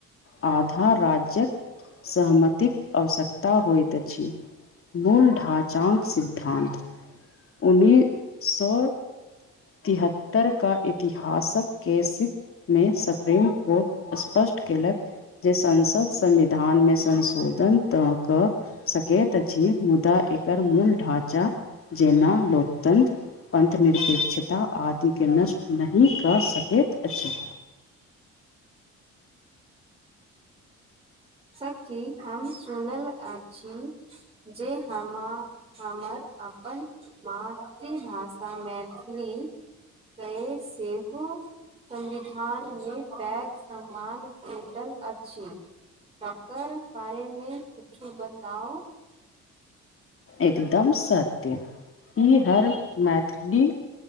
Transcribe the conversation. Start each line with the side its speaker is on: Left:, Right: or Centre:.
Left: आधा राज्यक सहमतिक आवश्यकता होइत अछि मूल ढाँचाग सिद्धान्त उन्नै सए तिहत्तर का इतिहासक केैसिक मे सुप्रीम कोर्ट स्पष्ट केलक जे संसद संविधान में संशोधन त कऽ सकैत अछि मुदा एकर मूल ढाँचा जेना लोकतन्त्र अन्थनिरपेक्षता आदिके नष्ट नहि कऽ सकैत अछि
Right: सखी हम सुनल अछि जे हमर अपन मातृभाषा मैथिली के सेहो संविधानमे पैघ सम्मान भेटल अछि तकर बारेमे कछु बताउ
Left: एकदम सत्य ई हर मैथिली